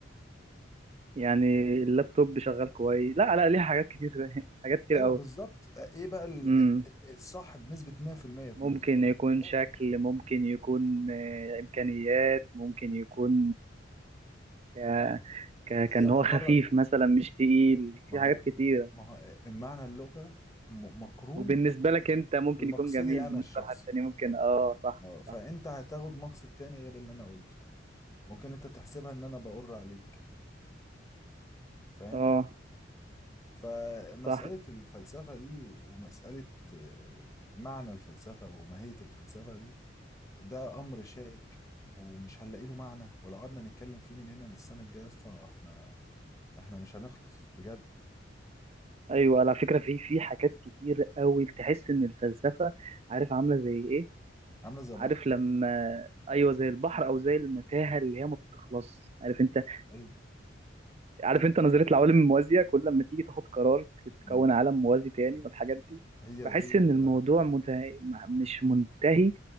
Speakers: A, on the right; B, on the left.
A: يعني اللابتوب شغال كويس لا لا ليه حاجات كتير <laughs> حاجات كتير
B: ايوه بالظبط آه، ايه بقى ال-
A: قوي
B: ال- ال- الصح بنسبة 100% فيهم
A: ممكن يكون
B: مش هتلاقي
A: شكل ممكن يكون آه، إمكانيات ممكن يكون آه، آه، ك ك
B: هي
A: كان
B: مجرد
A: هو خفيف مثلا مش تقيل
B: ما
A: في
B: هو
A: حاجات كتيرة
B: ما هو آه، معنى اللغة م- مقرون
A: وبالنسبة لك أنت ممكن
B: بمقصدي
A: يكون جميل بالنسبة
B: انا الشخصي
A: لحد تاني ممكن آه صح
B: اه فانت
A: صح
B: هتاخد مقصد تاني غير اللي انا قلته ممكن انت تحسبها ان انا بقر عليك فاهم
A: آه
B: فمسألة
A: صح
B: الفلسفة دي ومسألة آه، معنى الفلسفة وماهية الفلسفة دي ده امر شائك ومش هنلاقي له معنى ولو قعدنا نتكلم فيه من هنا للسنه الجايه يا اسطى احنا احنا مش هنخلص بجد
A: أيوة على فكرة في في حاجات كتير أوي تحس إن الفلسفة عارف عاملة زي إيه
B: عامله زي
A: عارف
B: بحر
A: لما أيوة زي البحر أو زي المتاهة اللي هي ما بتخلص عارف أنت
B: ايوه
A: عارف انت نظريه العوالم الموازيه كل لما تيجي تاخد قرار تكون
B: م.
A: عالم موازي تاني والحاجات دي
B: هي
A: بحس
B: هي
A: ان
B: كده
A: الموضوع
B: حرفيا
A: مده... مش منتهي